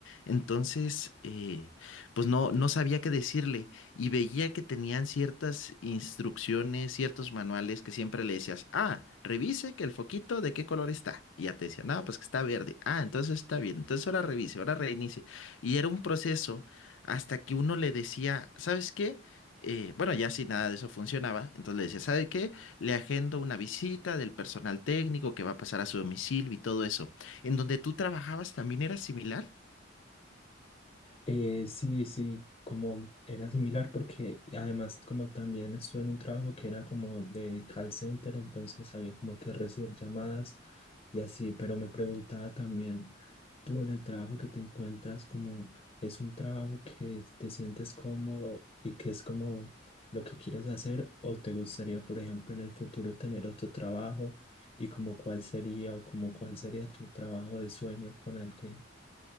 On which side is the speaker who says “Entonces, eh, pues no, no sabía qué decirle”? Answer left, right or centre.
Left